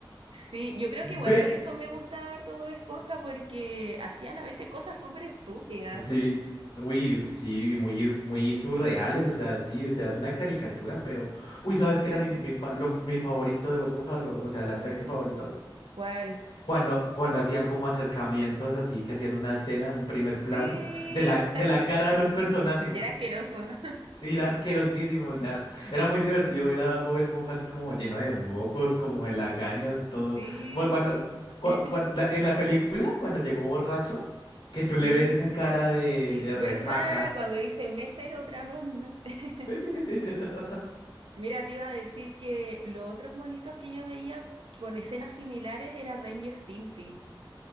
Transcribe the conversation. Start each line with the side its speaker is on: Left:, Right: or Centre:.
Right: Sí, yo creo que igual
Left: Ve.
Right: por eso me gustaba harto Bob Esponja, porque hacían a veces cosas súper estúpidas.
Left: Sí, uy, sí, y muy, muy surreales, o sea, sí, o sea, es una caricatura, pero... Uy, ¿sabes
Right: Sí,
Left: qué era mi, mi, fa- lo- mi favorito de Bob Esponja? Lo- o sea, el aspecto
Right: ¿cuál?
Left: favorito.
Right: ¿Cuál?
Left: Cuando, cuando hacían como acercamientos, así que hacían una escena, un primer plano,
Right: Sí.
Left: de la, de la cara de los personajes.
Right: Y era asqueroso. <laughs>
Left: Era asquerosísimo, o sea, era muy divertido ver a Bob Esponja así como lleno de mocos, como de lagañas, todo.
Right: Sí.
Left: Como cuando, cua-
Right: <laughs>
Left: cuan- la- en la película, cuando llegó borracho, que tú le
Right: Ujú.
Left: ves esa cara de, de
Right: ¿Verdad?
Left: resaca.
Right: Cuando hice mesero, otra ronda. <laughs>
Left: <laughs>
Right: Mira, te iba a decir que los otros monitos que yo veía con escenas similares era Ren y Stimpy.